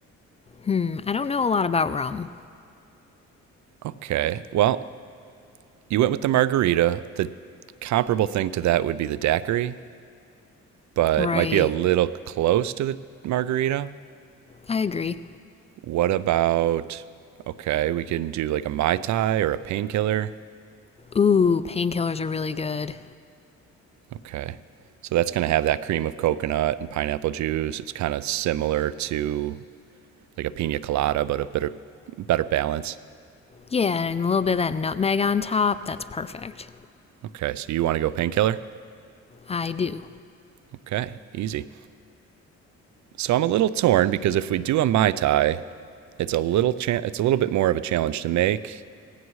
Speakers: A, on the left (about 20°); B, on the right (about 70°).
A: Hmm. I don't know a lot about rum.
B: Okay, well you went with the margarita. The comparable thing to that would be the daiquiri. but
A: Right.
B: might be a little close to the margarita.
A: I agree.
B: What about, okay, we can do like a Mai Tai or a painkiller.
A: Ooh, painkillers are really good.
B: Okay. So that's going to have that cream of coconut and pineapple juice. It's kind of similar to like a pina colada, but a better, better balance.
A: Yeah, and a little bit of that nutmeg on top. That's perfect.
B: Okay. So you want to go painkiller?
A: I do.
B: Okay. Easy. So I'm a little torn because if we do a Mai Tai, it's a little cha- it's a little bit more of a challenge to make